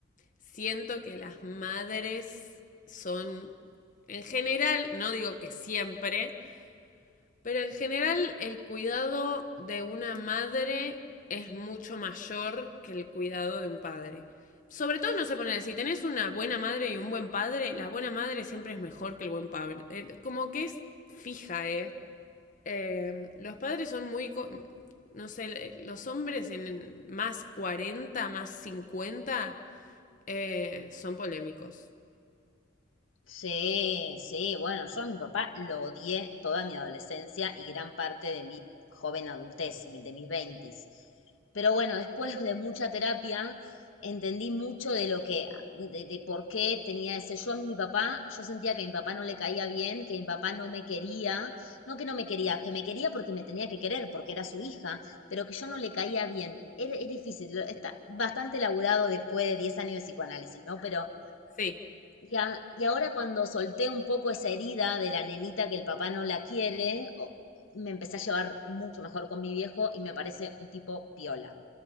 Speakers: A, on the left (about 40°); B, on the left (about 80°).
A: siento que las madres son, en general, no digo que siempre, pero en general el cuidado de una madre es mucho mayor que el cuidado de un padre. Sobre todo no se pone, si tenés una buena madre y un buen padre, la buena madre siempre es mejor que el buen padre. Eh, como que es fija, ¿eh? eh, los padres son muy, no sé, los hombres en más 40 más cincuenta eh, son polémicos.
B: Sí, sí, bueno, yo a mi papá lo odié toda mi adolescencia y gran parte de mi joven adultez, me- de mis veintis. Pero bueno, después de mucha terapia, entendí mucho de lo que, de, de por qué tenía ese. Yo a mi papá, yo sentía que a mi papá no le caía bien, que mi papá no me quería, no que no me quería, que me quería porque me tenía que querer, porque era su hija, pero que yo no le caía bien. Es, es difícil, lo- está bastante elaborado después de 10 años de psicoanálisis, ¿no? Pero
A: Sí,
B: y, a- y ahora cuando solté un poco esa herida de la nenita que el papá no la quiere, o- me empecé a llevar mucho mejor con mi viejo y me parece un tipo piola.